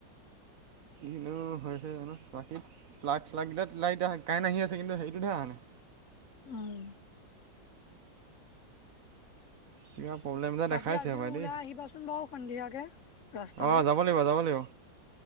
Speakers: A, on the right (about 60°); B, on the left (about 50°).
A: ইনো অ' হৈছে জানো। বাকী প্লাগ - শ্লাক কেইতাত লাইট আ- কাৰেন আহি আছে কিন্তু, হেৰিটোতহে অহা নাই।
B: উম।
A: কিবা প্ৰব্লেম এটা
B: বাকী
A: দেখাইছে
B: আজিও
A: হপাই
B: ওলাই
A: দেই
B: আহিবাচোন বাও সন্ধিয়াকে, ৰাস্তালে।
A: অ' যাব লাগিব যাব লাগিব